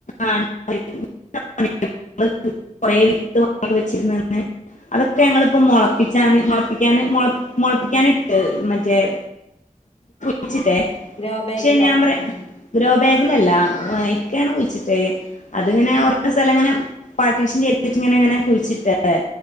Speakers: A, on the left (about 65°); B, on the left (about 50°).
A: ആഹ് <unintelligible> കൊറേ വിത്ത് വെച്ചിരുന്ന്ന്നെ അതൊക്കെ ഞങ്ങളിപ്പോ മൊളപ്പിച്ചാന് മുളപ്പിക്കാന് മുളപ്പിക്കാനിട്ട് മറ്റേ ച്ചിട്ടേ
B: ഗ്രോ ബാഗിലോ
A: പക്ഷെ ഞാൻ പറയാം
B: ഉം
A: ഗ്രോ ബാഗ് അല്ലല്ല ഇക്കയാണ് കുഴിച് തേ അതിങ്ങനെ ഓരോ സ്ഥലം ഇങ്ങനെ പാർട്ടീഷൻ ചെയ്തിട്ട് ഇങ്ങനെ കുഴിച്ചിട്ടേരെ